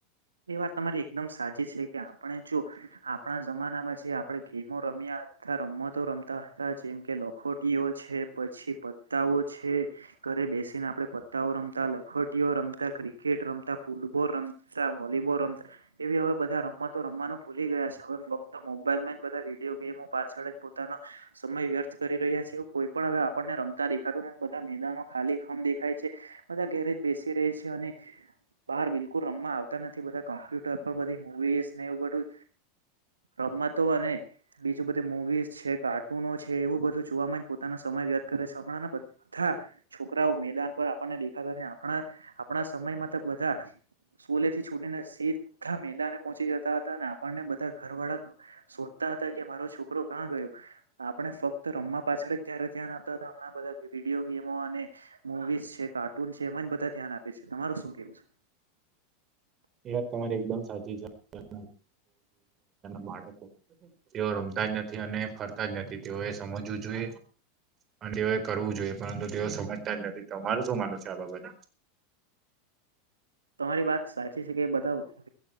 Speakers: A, on the right (about 80°); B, on the right (about 35°).
A: એ વાત તમારી એકદમ સાચી છે, કે આપણે જો આપણા જમાનામાં જે આ પણે ગેમો રમ્યા હતા રમતો રમતા હતા જેમ કે લખોટીઓ છે, પછી પત્તા ઓ છે, ઘરે બેસીને આપણે પત્તાઓ રમતા લખટીઓ રમતા ક્રિકેટ રમતા ફૂટબોલ રમ તા વોલીબોલ રમતા એવી હવે બધા રમતો રમવાનું ભૂલી ગયા છે, હવે ફકત મોબાઈલમાં જ બધા વિડીયો વીમો પાછળ જ પોતાનો સમય વ્યર્થ કરી રહ્યા છે, કોઈ પણ હવે આપણને રમતા દેખાતું ન બધા મેદાનો ખાલી ખમ દેખાય છે, બધા ગેરેજ બેસી રે છે, અને બહાર બિલકુલ રમવા આવ થી બધા કોમ્પ્યુટર પર બધી મુવીઝ ને એવું બધું રમતો અને બીજું બધી મુવી છે, કાર્ટૂનો છે, એવું બધું જોવામા જ પોતાના સમ ય વ્ય કરે છે, હમણાં બધા છોકરાઓ મેદાન પર આપણને દેખાતા આપણા આપણા સમય મા ત બધા સ્કુલેથી છોડીને સીધા મેદાને પહોંચી જતા હતા અને આપણને બધા ઘર વાળા શોધતા હતા. કે મારો છોકરો કા ગયો આપણે ફક્ત રમવા પાછળ જયારે ધ્યાન આપતા હમણાં બધા વિડીયો ગેમો અને મુવીઝ છે, કાર્ટૂન છે, એમાં જ બધા ધ્યાન આપે છે. તમારું શું કેવું છે?
B: એ વાત તમારી એકદમ સાચી છે. <unintelligible> બાળકો તેઓ રમતા જ નથી અને ફરતા જ નથી તેઓએ સજવું જોઈએ અને તેઓએ કરવું જોઈએ પરંતુ તેઓ સમજ તા જ નથી તમારું શું માનવુ છે, આ બાબતે?
A: તમારી વાત સાચી છે, કે બધા